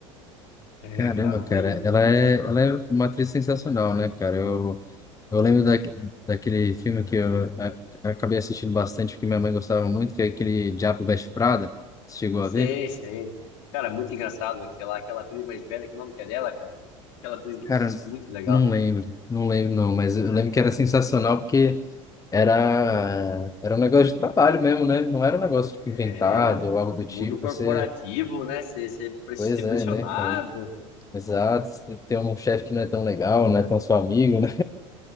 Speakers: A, on the left; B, on the left.
A: É,
B: caramba,
A: cara,
B: cara.
A: olha.
B: Ela é, ela é uma atriz sensacional, né, cara? eu Eu lembro da, daquele filme que eu, a- acabei assistindo bastante, porque minha mãe gostava muito, que é aquele Diabo Veste Prada. Você chegou
A: Sei,
B: a ver?
A: sei. Cara, é muito engraçado aquela, aquela atriz mais velha, que nome que é dela, cara? Aquela atriz
B: Cara,
A: é muito legal.
B: não lembro, não lembro não, mas
A: Ai,
B: eu lembro que
A: cara.
B: era sensacional porque era, era um negócio de trabalho mesmo, né? Não era um negócio tipo,
A: É.
B: inventado ou algo do
A: O
B: tipo.
A: mundo corporativo,
B: Você,
A: né? Ser, ser, pre- ser
B: pois
A: pressionado.
B: é, né, cara? Exato, você tem um chefe que não é tão legal, não é tão seu amigo, né?